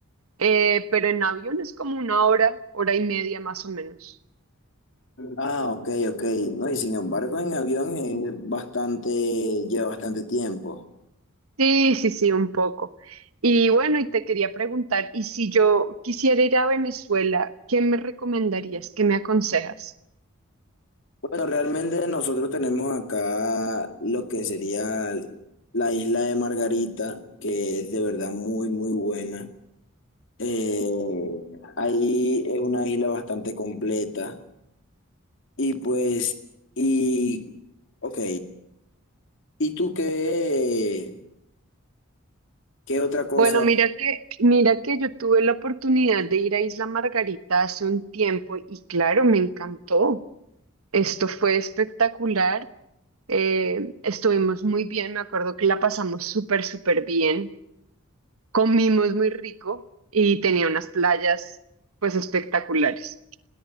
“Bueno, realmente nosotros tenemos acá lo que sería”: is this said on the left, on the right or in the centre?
Left